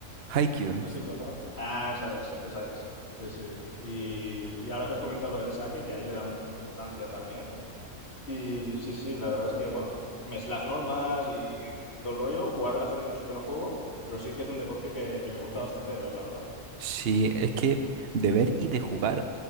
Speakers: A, on the right; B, on the left.
A: Haikyuu.
B: no sé si conoces. Ah, esa es, esa es. Sí, sí. Y, y ahora que has comentado lo del saque, que ahí le dan mucha importancia también. Y sí, sí, la verdad es que, bueno, me sé las normas y, y todo el rollo. Jugar hace mucho que no juego, pero sí que es un deporte que, que me gusta bastante de ver, la verdad.
A: Sí, es que de ver y de jugar.